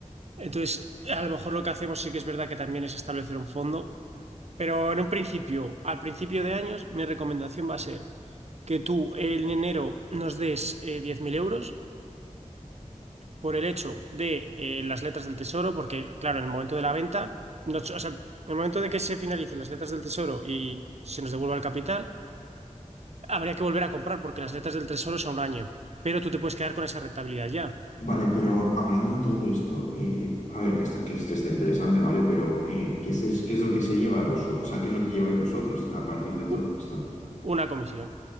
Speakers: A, on the right; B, on the left.
A: Entonces, a lo mejor lo que hacemos sí que es verdad que también es establecer un fondo, pero en un principio, al principio de años, mi recomendación va a ser que tú en enero nos des eh, 10.000 euros por el hecho de eh, las letras del tesoro, porque claro, en el momento de la venta, no- o sea, en el momento de que se finalicen las letras del tesoro y se nos devuelva el capital, habría que volver a comprar porque las letras del tesoro son un año, pero tú te puedes quedar con esa rentabilidad ya.
B: Vale, pero hablando de todo esto, eh, a ver, que está, que, es- que está interesante, ¿vale? Pero eh, ¿qué es, qué es lo que se lleva vosotros? O sea, ¿qué es lo que lleváis vosotros a partir de todo
A: U-
B: esto?
A: una comisión,